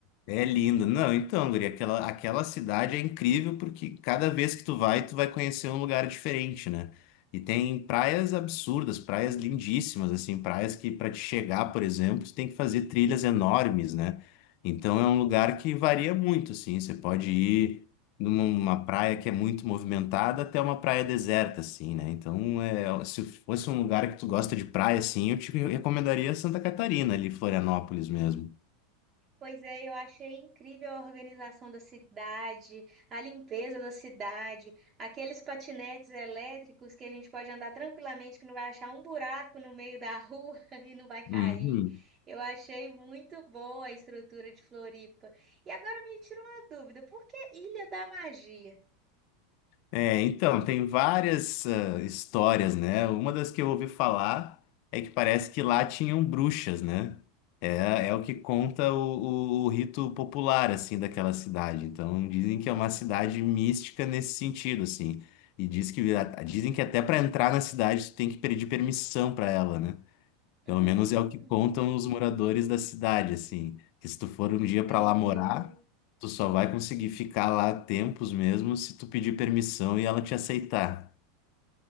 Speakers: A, on the left; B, on the right.
A: É lindo. Não, então, Guri, aquela, aquela cidade é incrível porque cada vez que tu vai, tu vai conhecer um lugar diferente, né? E tem praias absurdas, praias lindíssimas, assim, praias que para te chegar, por exemplo, tu tem que fazer trilhas enormes, né? Então é um lugar que varia muito, assim. Você pode ir numa praia que é muito movimentada até uma praia deserta, assim, né? Então, é, se fosse um lugar que tu gosta de praia, assim, eu te recomendaria Santa Catarina, ali, Florianópolis mesmo.
B: Pois é, eu achei incrível a organização da cidade, a limpeza da cidade, aqueles patinetes elétricos que a gente pode andar tranquilamente, que não vai achar um buraco no meio da rua <laughs> e não vai cair.
A: Uhum.
B: Eu achei muito boa a estrutura de Floripa. E agora me tira uma dúvida, por que Ilha da Magia?
A: É, então, tem várias ah, histórias, né? Uma das que eu ouvi falar é que parece que lá tinham bruxas, né? É, é o que conta o, o- o rito popular, assim, daquela cidade. Então, dizem que é uma cidade mística nesse sentido, assim. E diz que, dizem que até para entrar na cidade tu tem que pedir permissão para ela, né?
B: Hum,
A: Pelo menos é o que contam os moradores da cidade, assim, que se tu for um
B: entendi.
A: dia para lá morar, tu só vai conseguir ficar lá tempos mesmo se tu pedir permissão e ela te aceitar.